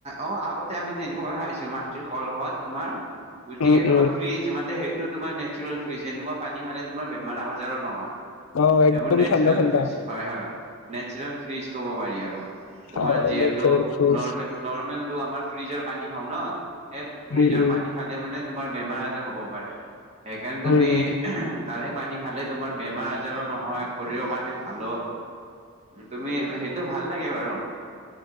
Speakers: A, on the right; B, on the left.
A: অঁ আগতে আমি তেনেকুৱা খাইছো মাটিৰ কলহত। তোমাৰ গতিকে
B: উম
A: তোমাৰ
B: উম
A: ফ্ৰিজ মানে <unintelligible> ত তোমাৰ নেচাৰেল ফ্ৰিজ। এনেকুৱা পানী খালে তোমাৰ বেমাৰ-আজাৰো নহয়। <unintelligible>
B: অ একদম
A: এইবোৰ নেচাৰেল
B: ঠাণ্ডা ঠাণ্ডা
A: ফ্ৰিজ হয়-হয় নেচাৰেল ফ্ৰিজ কব পাৰি আৰু। <unintelligible> তোমাৰ
B: অ
A: যিহেতু
B: নেচাৰেল ফ্ৰুটছ
A: নৰ্মেল <unintelligible> নৰ্মেলটো আমাৰ ফ্ৰিজৰ পানী খাওঁ ন, এ ফ্ৰিজৰ
B: উম উম
A: পানী খাল <inaudible> খালে মানে তোমাৰ বেমাৰ-আজাৰ হ'ব পাৰে, সেইকাৰণে তুমি
B: উম উম
A: <unintelligible> তাৰে পানী খালে তোমাৰ বেমাৰ-আজাৰো নহয় <unintelligible> <unintelligible> হয় শৰীৰৰ কাৰণে ভালো, তুমি সেইটো ভাল লাগে বাৰু। <inaudible>